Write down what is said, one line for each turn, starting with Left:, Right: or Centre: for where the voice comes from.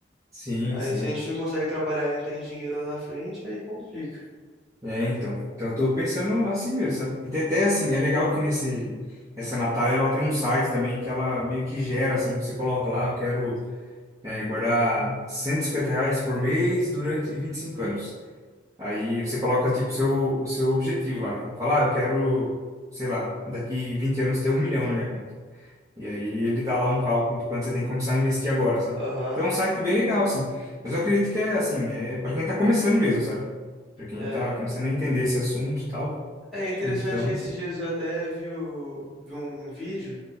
Right: Sim,
Centre: Aí
Right: sim.
Centre: se a gente não consegue trabalhar e não tem dinheiro lá na frente, aí complica.
Right: É, então. Então, eu tô pensando assim mesmo, sabe? E tem até assim, é legal
Centre: Uhum.
Right: que nesse. Essa Natália, ela tem um site também que ela meio que gera, assim, você coloca lá, eu quero é, guardar 150 reais por mês durante 25 anos. Aí você coloca, tipo, seu, o seu objetivo lá. né? Fala, ah, eu quero, sei lá, daqui 20 anos ter um milhão na minha conta. E aí ele dá lá um cálculo de quanto você tem que começar a investir agora, sabe?
Centre: Aham,
Right: Então é um site bem legal, assim. Mas eu acredito que é, assim, é para quem tá começando mesmo, sabe? Para quem
Centre: é.
Right: tá começando a entender esse assunto e tal.
Centre: É interessante
Right: Então,
Centre: que esses dias eu até vi, o- vi um vídeo